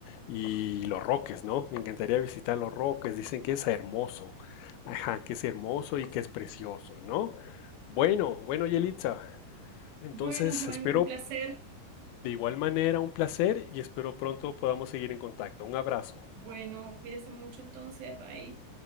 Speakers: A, on the left (about 80°); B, on the right (about 70°).
A: y los roques, ¿no? Me encantaría visitar los roques, dicen que es hermoso, ajá, que es hermoso
B: Pues,
A: y que es precioso, ¿no? Bueno, bueno, Yelitza, entonces
B: Bueno, Juan,
A: espero
B: un placer.
A: de igual manera un placer y espero pronto podamos seguir en contacto. Un abrazo.
B: Bueno, cuídese mucho entonces. Bye.